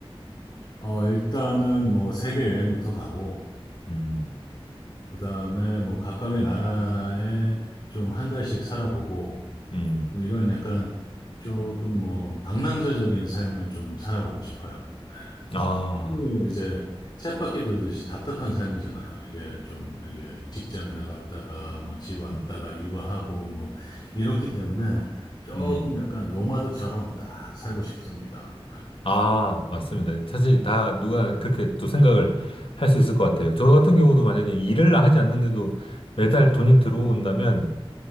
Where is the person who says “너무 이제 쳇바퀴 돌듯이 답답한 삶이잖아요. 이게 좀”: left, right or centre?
Left